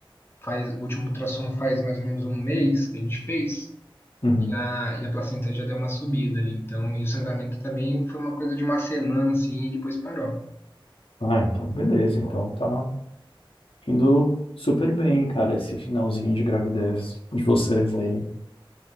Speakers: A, on the left; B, on the left.
A: faz, o último ultrassom faz mais ou menos um mês que a gente fez.
B: Uhum.
A: E a, e a placenta já deu uma subida ali, então, e o sangramento também foi uma coisa de uma semana, assim, e depois parou.
B: Ah, então beleza. Então tá indo super bem, cara, esse finalzinho de gravidez de vocês aí.